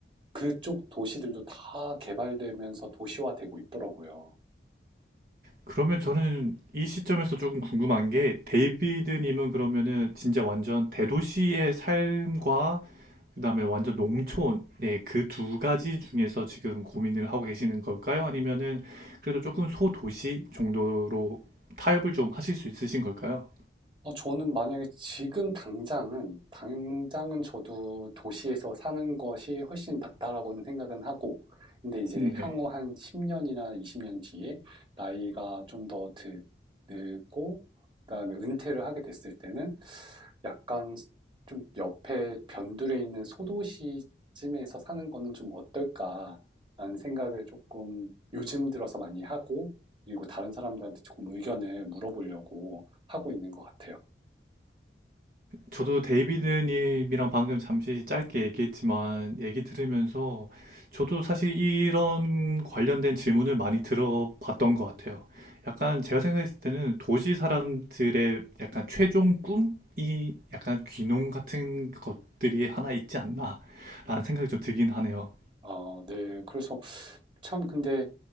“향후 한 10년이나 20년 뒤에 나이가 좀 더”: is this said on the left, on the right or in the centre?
Right